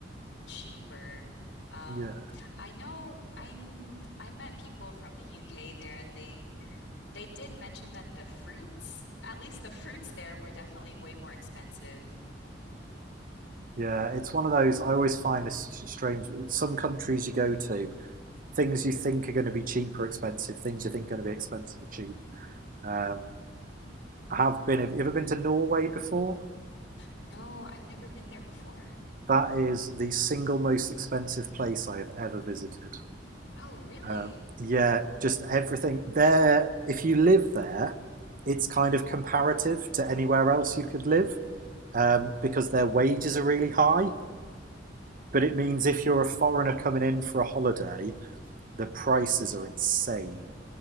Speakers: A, on the left; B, on the right.
A: cheaper. Um,
B: Yeah,
A: I know I kn- I met people from the UK there and they they did mention that the fruits, at least the fruits there were definitely way more expensive.
B: yeah. It's one of those I always find this strange. Some countries you go to, things you think are going to be cheap are expensive. Things you think are going to be expensive are cheap. Um, I have been. Have you ever been to Norway before?
A: No, I've never been there before.
B: That is the single most expensive place I have ever visited.
A: Oh, really?
B: Um, yeah, just everything there. If you live there, it's kind of comparative to anywhere else you could live um, because their wages are really high. But it means if you're a foreigner coming in for a holiday, the prices are insane.